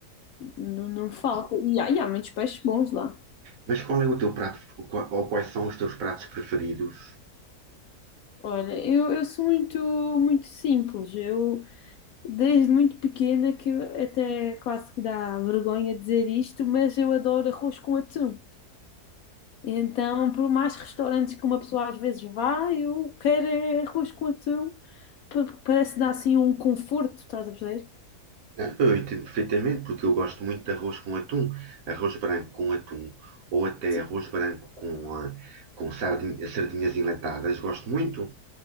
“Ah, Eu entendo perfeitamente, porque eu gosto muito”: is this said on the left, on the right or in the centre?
Right